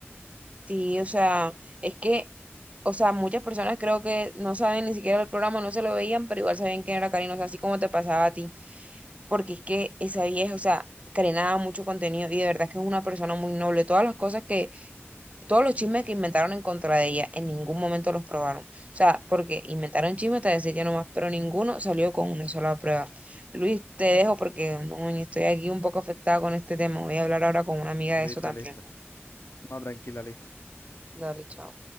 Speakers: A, on the right; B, on the left.
A: Sí, o sea, es que, o sea, muchas personas creo que no saben ni siquiera el programa, no se lo veían, pero igual sabían quién era Karina, o sea, así como te pasaba a ti, porque es que esa vieja, o sea, Karina daba mucho contenido y de verdad que es una persona muy noble, todas las cosas que Todos los chismes que inventaron en contra de ella, en ningún momento los probaron. O sea, porque inventaron chismes hasta decir ya nomás, pero ninguno salió con una sola prueba. Luis, te dejo porque no, estoy aquí un poco afectada con este tema. Voy a hablar ahora con una amiga
B: Listo,
A: de eso también.
B: listo. No, tranquila, listo.
A: Dale, chao.